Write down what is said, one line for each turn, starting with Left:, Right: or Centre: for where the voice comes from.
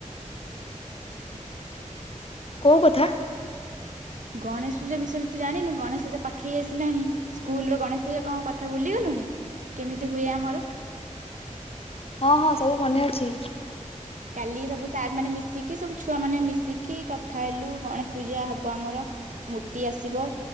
Right: <unintelligible>
Left: କୋଉ କଥା।
Right: ଗଣେଶ ପୂଜା ବିଷୟରେ ତ ଜାଣିନୁ ଗଣେଶ ପୂଜା ପାଖେଇ ଆସିଲାଣି ସ୍କୁଲ ର ଗଣେଶ ପୂଜା କଣ କଥା ଭୁଲିଗଲୁଣି କେମିତି ହୁଏ ଆମର।
Left: ହଁ ହଁ ସବୁ ମନେ ଅଛି।
Right: କାଲି ସବୁ ସାର୍ ମାନେ ମିଶିକି ସବୁ ଛୁଆ ମାନେ ମିଶିକି କଥା ହେଲୁ ଗଣେଶ ପୂଜା ହବ ଆମର ମୂର୍ତ୍ତି ଆସିବ